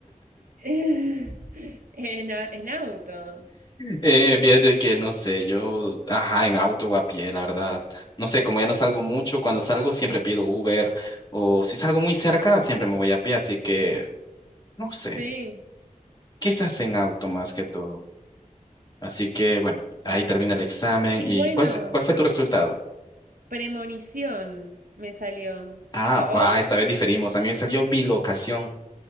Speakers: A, on the right; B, on the left.
A: <laughs> En, a- en auto.
B: eh, fíjate que no sé, yo, ajá, en auto o a pie, la verdad. No sé, como ya no salgo mucho, cuando salgo siempre pido Uber o si salgo muy cerca, siempre me voy a pie, así que no sé,
A: Sí.
B: quizás en auto más que todo. Así que bueno, ahí termina el examen.
A: Bueno,
B: ¿Y cuál, se- cuál fue tu resultado?
A: premonición me salió.
B: Ah,
A: ¿A vos?
B: ah, esta vez diferimos. A mí me salió bilocación.